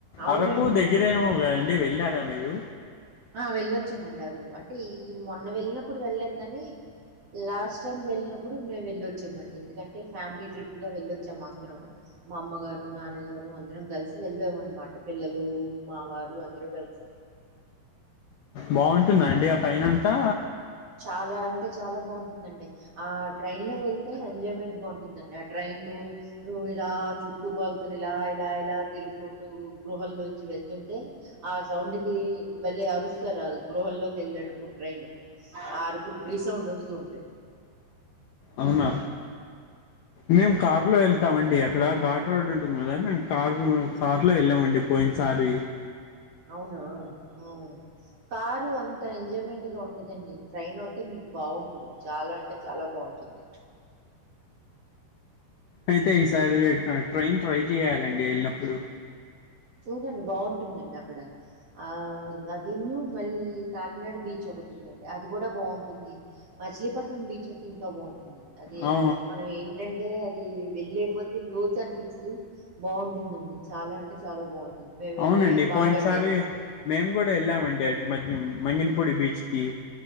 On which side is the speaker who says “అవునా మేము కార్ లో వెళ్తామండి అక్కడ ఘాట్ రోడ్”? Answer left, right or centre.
Left